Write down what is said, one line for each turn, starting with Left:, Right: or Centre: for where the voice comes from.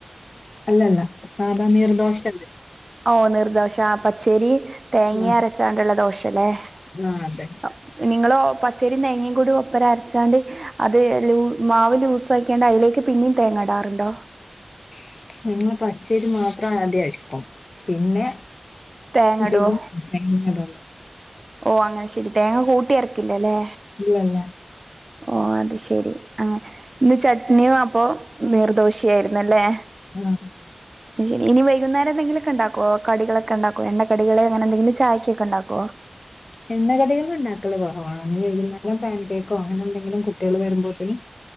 Left: അല്ലല്ല സാധാ നീർദോഷ ല്ലേ
Right: ഓ നിർദോശ പച്ചരി തേങ്ങ
Left: ആ
Right: അരച്ചാണ്ടുള്ള ദോശ <unintelligible>
Left: ആ, അതെ
Right: നിങ്ങള് പച്ചരിം തേങ്ങ കൂടി ഒപ്പര അരച്ചാണ്ട് അത് ലൂ മാവ് ലൂസ ആക്കിയാണ്ട് അയി ലേക്ക് പിന്നിം തേങ്ങടാറുണ്ടോ?
Left: <unintelligible> പച്ചരി മാത്രമാദ്യ അരക്കും. പിന്നെ
Right: തേങ്ങ
Left: <unintelligible>
Right: ഇടുവോ ഓ അങ്ങനെ ശെരി തേങ്ങ കൂട്ടി അരക്കില്ലല്ലേ.
Left: ഇല്ലല്ല
Right: ഓ അത് ശെരി അങ്ങ ഇന്ന് ചട്നിയും അപ്പൊ നീർദോശിയായിന്നല്ലേ
Left: ആ
Right: ശരി ഇനി വൈകുന്നേരം എന്തെങ്കിലൊക്കെണ്ടാക്കോ കടികളൊക്കെ ഉണ്ടാക്കുമോ എണ്ണ കടികളെ അങ്ങനെന്തങ്കിലും ചായക്കൊക്കെണ്ടാക്കുവോ
Left: എണ്ണകടികൾ ഉണ്ടാക്കള്ള കുറവാണ് വരുന്നരം പാൻ കേക്കോ അങ്ങനെ എന്തെങ്കിലും കുട്ടികൾ വരുമ്പോഴത്തേക്കും